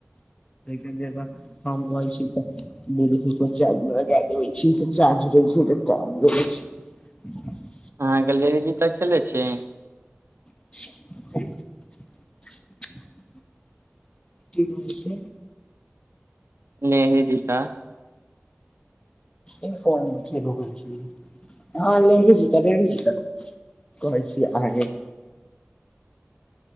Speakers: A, on the left (about 25°); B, on the right (about 80°).
A: <unintelligible> <unintelligible>
B: अहाँ गलेडीजी तऽ खेलै छी
A: <unintelligible> की कह छैै
B: नहिही जीता
A: ई फोन चलू छी हँ लेढ़ी जितऽ लेढ़ी जित कहै छी आगे